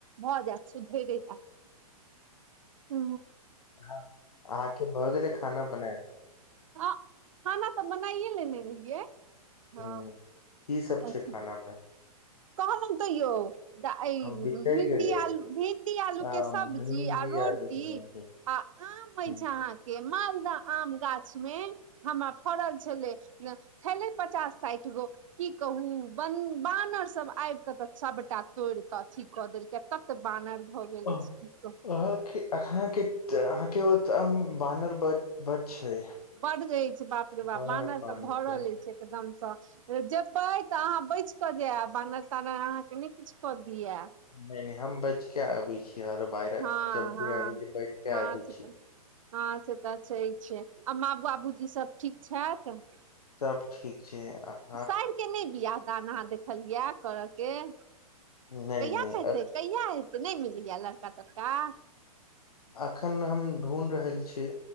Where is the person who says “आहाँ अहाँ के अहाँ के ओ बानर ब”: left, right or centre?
Left